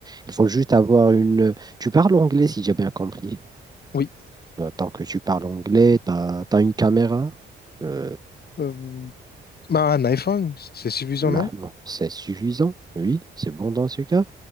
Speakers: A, on the right; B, on the left.
A: Il faut juste avoir une. Tu parles anglais si j'ai bien compris.
B: oui
A: Euh, Tant que tu parles anglais, t'as as une caméra. euh,
B: Euh, bah, un iPhone, c'est suffisant,
A: Bah,
B: non?
A: bon, c'est suffisant, oui, c'est bon dans ce cas.